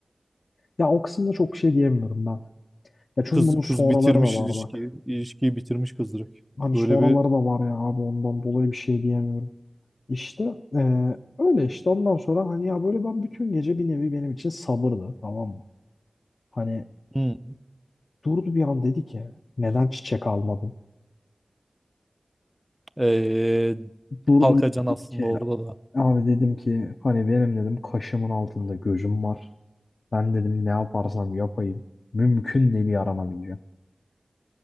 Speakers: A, on the left; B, in the centre.
A: Ya o kısımda çok şey diyemiyorum ben. Ya çünkü
B: Kız
A: bunun sonraları
B: kız bitirmiş
A: da var
B: ilişkiyi,
A: bak.
B: ilişkiyi bitirmiş kız direkt.
A: Hani
B: Böyle
A: sonraları
B: bir
A: da var ya abi ondan dolayı bir şey diyemiyorum. İşte eee, öyle işte ondan sonra hani ya böyle ben bütün gece bir nevi benim için sabırdı tamam mı? Hani
B: hmm,
A: durdu bir an dedi ki neden çiçek almadın?
B: ee,
A: Durdum
B: kalkacan
A: dedim
B: aslında
A: ki
B: orada da.
A: Abi dedim ki hani benim dedim kaşımın altında gözüm var. Ben dedim ne yaparsam yapayım. Mümkün değil yaranamayacağım.